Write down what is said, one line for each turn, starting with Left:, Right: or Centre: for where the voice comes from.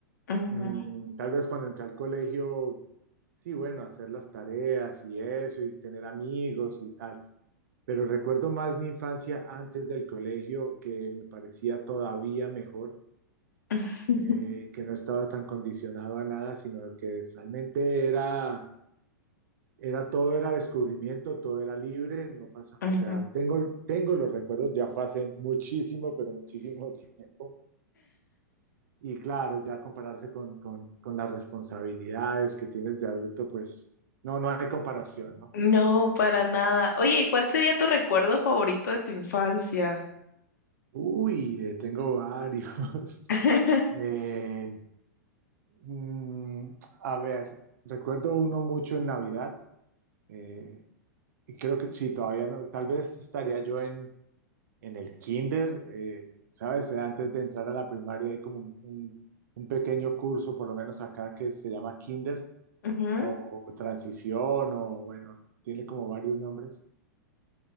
Left: Ujú,
Right: Mm, tal vez cuando entré al colegio, sí, bueno, hacer las tareas y eso, y tener amigos y tal. Pero recuerdo más mi infancia antes del colegio, que me parecía todavía mejor
Left: <laughs>
Right: eh, que no estaba tan condicionado a nada, sino que realmente era, era todo era descubrimiento, todo era libre, no pasa,
Left: ujú.
Right: o sea, tengo, tengo los recuerdos, ya fue hace muchísimo, pero muchísimo <laughs> tiempo. Y claro, ya compararse con, con, con las responsabilidades que tienes de adulto, pues no, no hay comparación, ¿no?
Left: No, para nada. Oye, ¿y cuál sería tu recuerdo favorito de tu infancia?
Right: Uy, eh, tengo varios. <laughs>
Left: <laughs>
Right: Eh, mm, a ver, recuerdo uno mucho en Navidad. eh, Y creo que sí, todavía no, tal vez estaría yo en, en el kinder, eh, ¿sabes? Eh, Antes de entrar a la primaria hay como un, un- un pequeño curso, por lo menos acá, que se llama kinder
Left: Ujú,
Right: o, o transición o bueno, tiene como varios nombres.